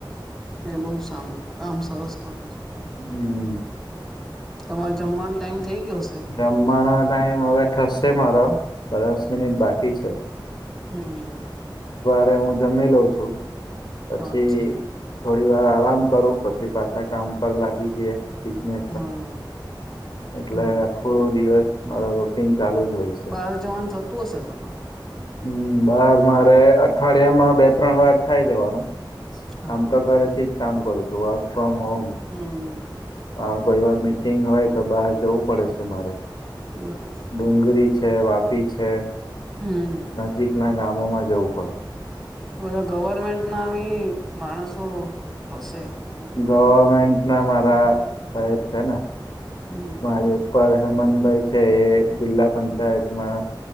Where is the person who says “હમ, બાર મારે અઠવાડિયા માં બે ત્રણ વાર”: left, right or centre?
Left